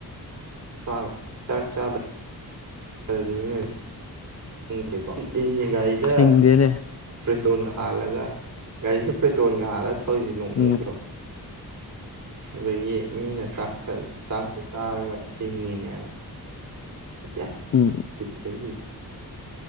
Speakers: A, on the right (about 50°); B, on the left (about 40°).
A: <unintelligible> ꯏꯟꯖꯤꯟ ꯒꯥꯔꯤꯗ
B: ꯍꯤꯡꯗꯦꯅꯦ
A: ꯄ꯭ꯔꯦꯇꯣꯟꯒ ꯍꯥꯜꯂꯒ ꯒꯥꯔꯤ ꯄ꯭ꯔꯦꯇꯣꯟꯒ ꯍꯥꯜꯂ ꯈꯣꯏꯁꯦ ꯅꯣꯛꯅꯤꯡꯗ꯭ꯔꯣ
B: ꯎꯝ
A: ꯑꯗꯒꯤ ꯃꯤꯅ ꯆꯥꯛ ꯈ ꯆꯥꯛꯁꯦ ꯆꯥꯔꯒ ꯍꯤꯡꯉꯤꯅꯦꯕ <unintelligible>
B: ꯎꯝ
A: ꯄꯤꯗ꯭ꯔꯤ